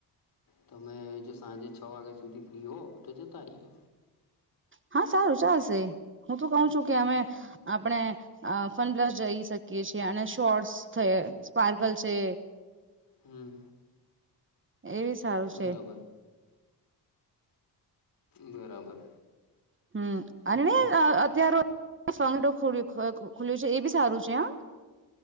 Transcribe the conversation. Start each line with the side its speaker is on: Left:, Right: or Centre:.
Left: તમે જો સાંજે છ વાગ્યા સુધી ફ્રી હોવ તો જતા આઈઓ
Right: હા સારું ચાલશે હું તો કઉં છું કે અમે આપણે ફનપ્લસ જઈ શકી કે છે, અને શોર્ટસ છે સ્પાર્કલ છે.
Left: હમ
Right: એવી સારું છે.
Left: બરાબર બરાબર
Right: હમ્મ અનેને
Left: ઓકે
Right: અત્તયારે ફો ખુલ્યું છે, એ બી સારું છે, હ